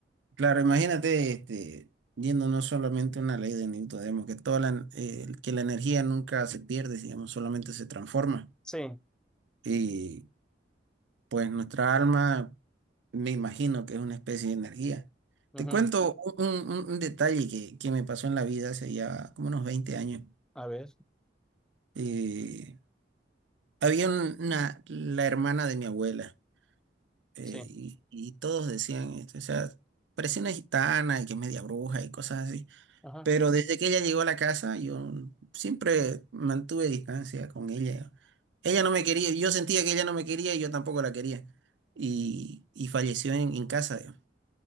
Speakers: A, on the right (about 80°); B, in the centre.
A: Claro, imagínate, este, viendo no solamente una ley de Newton, digamos, que toda la, eh, que la energía nunca se pierde, digamos, solamente se transforma.
B: Sí,
A: y Pues nuestra alma, me imagino que es una especie de energía.
B: ujú,
A: Te cuento un, un- un detalle que, que me pasó en la vida hace ya como unos 20 años.
B: A ver,
A: Eh, había un- una, la hermana de mi abuela eh,
B: sí,
A: y, y todos decían esto, o sea, parecía una gitana y que es media bruja y cosas así.
B: ajá,
A: Pero desde que ella llegó a la casa, yo siempre mantuve distancia con ella. Ella no me quería, yo sentía que ella no me quería y yo tampoco la quería. Y, y falleció en, en casa.